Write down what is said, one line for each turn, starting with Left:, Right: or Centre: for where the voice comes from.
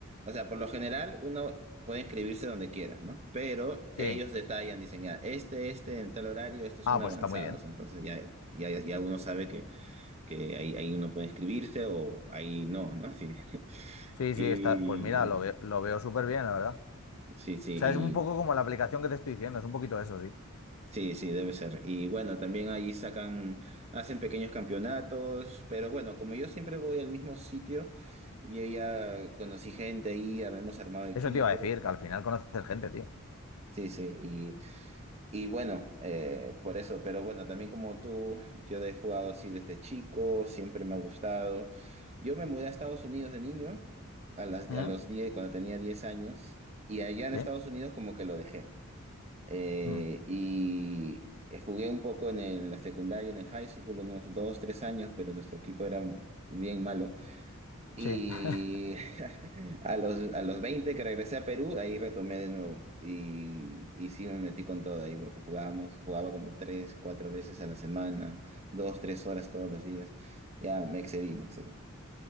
Right: O sea, por lo general uno puede inscribirse donde quiera, ¿no? Pero ellos
Left: Sí.
Right: detallan, dicen, ya, este, este, en tal horario, estos
Left: Ah,
Right: son avanzados.
Left: pues está muy bien.
Right: Entonces ya, ya, ya uno sabe que, que ahí, ahí uno puede inscribirse o ahí no, ¿no? Sí. <laughs>
Left: Sí,
Right: Y
Left: sí, está, pues mira, lo, ve- lo veo súper bien, la verdad.
Right: sí, sí.
Left: O sea, es un poco como la aplicación que te estoy diciendo, es un poquito eso, sí.
Right: Sí, sí, debe ser. Y bueno, también ahí sacan, hacen pequeños campeonatos, pero bueno, como yo siempre voy al mismo sitio, yo ya conocí gente ahí, ya hemos armado equipo.
Left: Eso te iba a decir, que al final conoces gente, tío.
Right: Sí, sí, y, y bueno, eh, por eso, pero bueno, también como tú, yo he jugado así desde chico, siempre me ha gustado. Yo me mudé a Estados Unidos de niño, a las,
Left: ¿Mm?
Right: a los diez cuando tenía 10 años, y allá en
Left: ¿Sí?
Right: Estados Unidos como que lo dejé. Eh,
Left: Mm,
Right: y eh, jugué un poco en el- la secundaria, en el high school, unos dos, tres años, pero nuestro equipo era bien malo. Y
Left: Sí. <laughs>
Right: <laughs> a los, a los 20 que regresé a Perú, ahí retomé de nuevo. Y, y sí me metí con todo ahí, porque jugábamos, jugaba como tres, cuatro veces a la semana, dos, tres horas todos los días. Ya me excedí, me excedí.